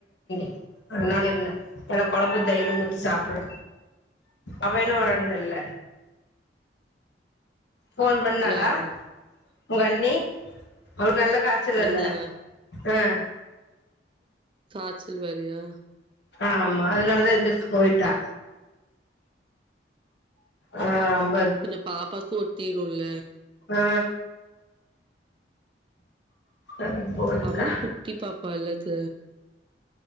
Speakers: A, on the left; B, on the right.
A: <inaudible> அதுனல என்ன எல்லாம் கொழம்பும் தயிரும் ஊத்தி சாப்பிடு அவ இன்னும் வரானு தெரில போன் பண்ணாளா
B: யாரு
A: உங்கண்ணி அவுங்க நல்லா காச்சல்
B: அண்ணியா
A: அல்ல ஆஹ்
B: காய்ச்சல் வேறயா
A: ஆமா அதனாலதா எந்துருச்சு போயிட்டா ஆஹ் ம்
B: பின்ன பாப்பாக்கூ ஒட்டிருல்ல
A: ஆ அது போயிருக்கா
B: அவளு குட்டி பாப்பால்லத்த